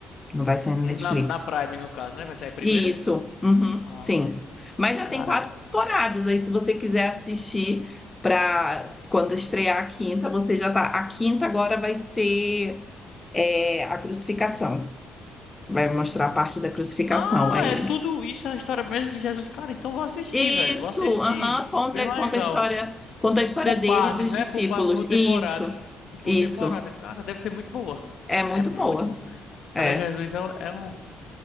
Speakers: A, on the left (about 15°); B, on the left (about 70°).
A: não vai sair na Netflix.
B: Na, na Prime, no caso, né? Vai sair primeiro?
A: Isso, uhum,
B: Ah,
A: sim. Mas já
B: cara.
A: tem quatro temporadas, aí se você quiser assistir para quando estrear a quinta, você já tá. A quinta agora vai ser é, a crucificação. Vai mostrar a parte da crucificação
B: Ah,
A: aí.
B: é tudo isso, é a história mesmo de Jesus. Cara, então vou assistir,
A: Isso,
B: velho. Vou assistir.
A: aham, conta,
B: Bem legal.
A: conta a história, conta a história
B: Por
A: dele
B: partes,
A: e dos
B: né?
A: discípulos.
B: Por parte, por temporada.
A: Isso,
B: Por
A: isso.
B: temporada, cara, deve ser muito boa.
A: É
B: Ah,
A: muito
B: é muito
A: boa.
B: bom. A história
A: É,
B: de Jesus é, um- é um.